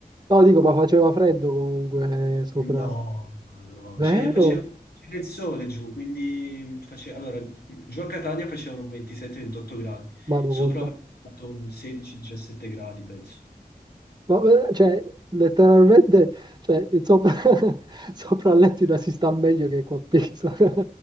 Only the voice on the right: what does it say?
No, dico, ma faceva freddo comunque eh, sopra.
Vero?
Madonna.
Ma eh, cioè, letteralmente, cioè, il sopra, <laughs> sopra a L'Aquila si sta meglio che qua a Pisa. <laughs>